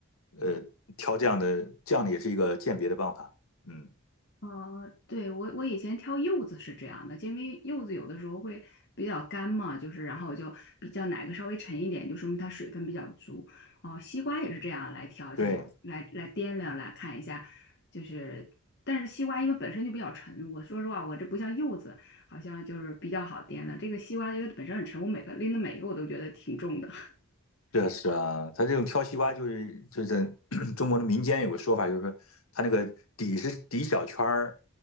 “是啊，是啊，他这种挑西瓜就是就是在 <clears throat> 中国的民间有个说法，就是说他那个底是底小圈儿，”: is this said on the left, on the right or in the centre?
Left